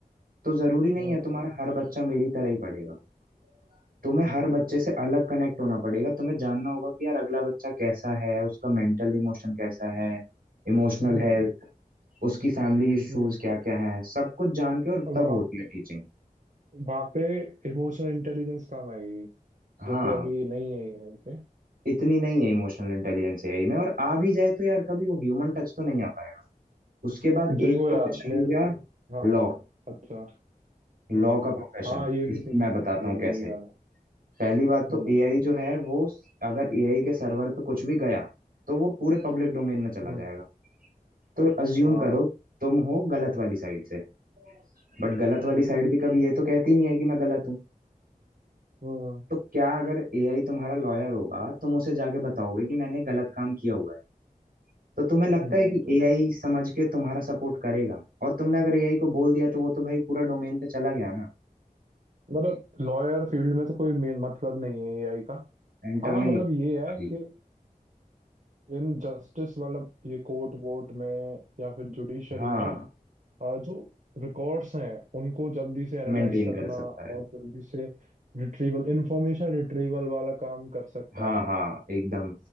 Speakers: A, on the right; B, on the right.
A: तो जरूरी नहीं
B: हम्म।
A: है तुम्हारा हर बच्चा मेरी तरह ही पढ़ेगा तुम्हें हर
B: हम्म
A: बच्चे से अलग कनेक्ट होना पड़ेगा तुम्हें जानना होगा कि यार अगला बच्चा कैसा है उसका मेंटल इमोशन कैसा है इमोशनल
B: हम्म
A: हेल्थ उसकी फैमिली इश्यूज
B: हम्म
A: क्या क्या हैं सब कुछ जान के और
B: अब
A: तब
B: वहाँ
A: होती है टीचिंग
B: वहाँ पे इमोशनल इंटेलिजेंस काम आएगी
A: हाँ
B: जो कि अभी नहीं है यहाँ पे
A: इतनी नहीं है इमोशनल इंटेलिजेंस एआई में और आ भी जाए तो यार कभी वो ह्यूमन टच तो नहीं आ पाएगा उसके बाद
B: देखो
A: एक प्रोफेशन
B: यार मेरे
A: हो गया
B: हाँ
A: लॉ
B: अच्छा
A: लॉ
B: हम्म
A: का प्रोफेशन
B: हाँ ये
A: इसकी
B: भी नहीं
A: मैं बताता
B: ये
A: हूँ
B: भी
A: कैसे
B: नहीं जाना
A: पहली बात तो
B: हम्म
A: एआई जो है वो अगर एआई के सर्वर पे कुछ भी गया तो वो पूरे पब्लिक डोमेन में चला
B: हम्म
A: जाएगा तो अज्यूम
B: हाँ
A: करो तुम हो गलत वाली साइड से बट गलत वाली
B: हम्म
A: साइड भी कभी ये तो कहती नहीं है कि मैं गलत हूँ
B: हम्म
A: तो क्या अगर एआई तुम्हारा लॉयर होगा तुम उसे जाके बताओगे कि मैंने गलत काम किया हुआ है तो तुम्हें लगता
B: नहीं
A: है कि
B: तो
A: एआई समझ के तुम्हारा सपोर्ट करेगा और तुमने अगर एआई को बोल दिया तो वो तो भाई पूरा डोमेन पे चला गया ना
B: मतलब लॉयर फील्ड में तो कोई मे- मतलब नहीं है एआई का
A: एंटर
B: हाँ
A: नहीं
B: मतलब
A: हो सकता
B: ये है
A: अभी
B: कि इन जस्टिस मतलब ये कोर्ट वोट में या फिर जुडिशरी
A: हाँ
B: में अ, जो रिकॉर्ड्स हैं उनको जल्दी से एनालाइज
A: मेंटेन
B: करना
A: कर सकता
B: और
A: है
B: जल्दी से रिट्रीवल इंफॉर्मेशन रिट्रीवल वाला काम कर सकता
A: हाँ
B: है
A: हाँ एकदम